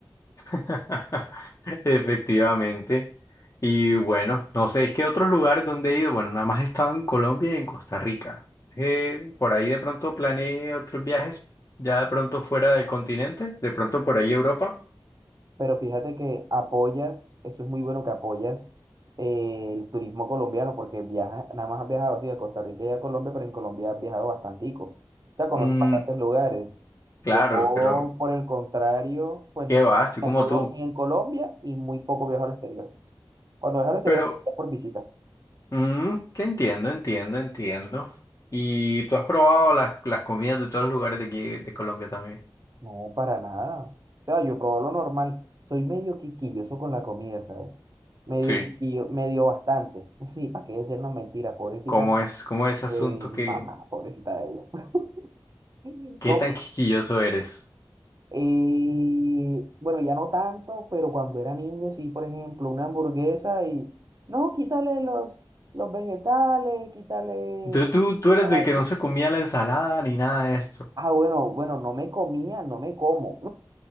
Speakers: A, on the left (about 40°); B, on the right (about 50°).
A: <laughs> Efectivamente. Y bueno, no sé, es que otros lugares donde he ido, bueno, nada más he estado en Colombia y en Costa Rica. Eh, por ahí de pronto planeé otros viajes, ya de pronto fuera del continente, de pronto por ahí Europa.
B: Pero fíjate que apoyas, eso es muy bueno que apoyas eh, el turismo colombiano, porque viajas, nada más has viajado así de Costa Rica y a Colombia, pero en Colombia has viajado bastantico. O sea, conoces
A: Mm,
B: bastantes lugares.
A: claro,
B: Yo,
A: pero
B: por el contrario, pues
A: qué
B: no,
A: va, estoy
B: ni,
A: como
B: a Colo-
A: tú.
B: ni en Colombia y muy poco viajo al exterior. Cuando viajo al exterior
A: Pero
B: es por visita.
A: Mm, que entiendo, entiendo, entiendo. ¿Y tú has probado las, las comidas de todos los lugares de aquí, de Colombia también?
B: No, para nada. O sea, yo probo lo normal. Soy medio quisquilloso con la comida, ¿sabes? Medio
A: Sí.
B: quisquillo, medio bastante. <laughs> Sí, para qué decirnos mentiras, pobrecita.
A: ¿Cómo es, cómo es ese asunto?
B: Eh, mi
A: ¿Qué,
B: mamá, pobrecita de ella. <laughs>
A: qué
B: ¿Cómo?
A: tan quisquilloso eres?
B: Eh, bueno, ya no tanto, pero cuando era niño, sí, por ejemplo, una hamburguesa y, no, quítale los, los vegetales, quítale...
A: Tú, tú, tú eres
B: ay,
A: del que no se comía la ensalada ni nada de esto.
B: Ah, bueno, bueno, no me comía, no me como.